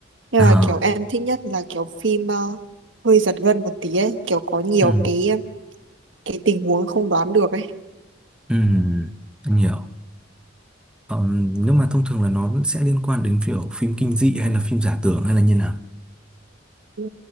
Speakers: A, on the right; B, in the centre.
A: Nhưng
B: À,
A: mà kiểu em thích nhất là kiểu phim ờ, hơi giật gân một tí ấy, kiểu có nhiều
B: ừ,
A: cái cái tình huống không đoán được ấy.
B: ừ, anh hiểu. Ờm, nhưng mà thông thường là nó sẽ liên quan đến kiểu phim kinh dị hay là phim giả tưởng hay là như nào?
A: Ừ,